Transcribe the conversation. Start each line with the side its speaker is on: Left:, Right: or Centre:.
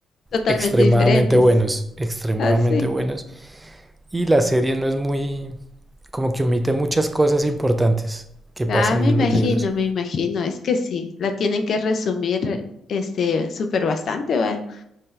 Left: Totalmente
Right: extremadamente
Left: diferentes.
Right: buenos, extremadamente
Left: Así.
Right: buenos. Y la serie no es muy, como que omite muchas cosas importantes que pasan
Left: Ah, me
Right: en
Left: imagino,
Right: los libros.
Left: me imagino. Es que sí, la tienen que resumir este súper bastante, ¿va?